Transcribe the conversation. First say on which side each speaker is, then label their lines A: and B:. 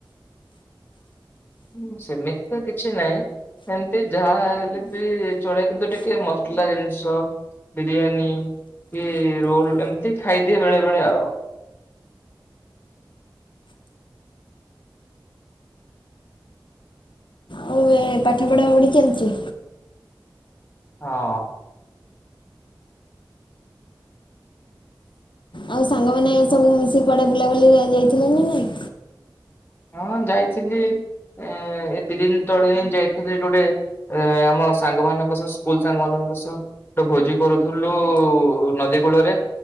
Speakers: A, on the left; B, on the left.
A: ହଁ ସେମିତି ତ କିଛି ନାହିଁ। ଏମିତି ଯାହା ହେଲେ ବି ଚଳେଇ କିନ୍ତୁ, ଟିକେ ମସଲା ଜିନିଷ ବିରିୟାନୀ କି ରୋଲ ଏମିତି ଖାଇଦିଏ ବେଳେ ବେଳେ ଆଉ। <unintelligible>
B: ଆଉ ଏ ପାଠ ପଢା ପଢି ଚାଲିଛି?
A: ହଁ
B: ଆଉ ସାଙ୍ଗମାନେ ସବୁ ମିଶିକି କୁଆଡେ ବୁଲା ବୁଲି ଯାଇଥିଲ ନା ନାଇଁ?
A: ହଁ ଯାଇଥିଲି ଏ ଏ ଦି ଦିନି ତଳେ ହିଁ ଯାଇଥିଲି ଏଇଠି ଗୋଟେ ଅ ଆମ ସାଙ୍ଗମାନାନଙ୍କ ସହ ସ୍କୁଲ ସାଙ୍ଗ ମାନଙ୍କ ଗୋଟେ ଭୋଜି କରୁଥିଲୁ ନଦୀ କୂଳରେ।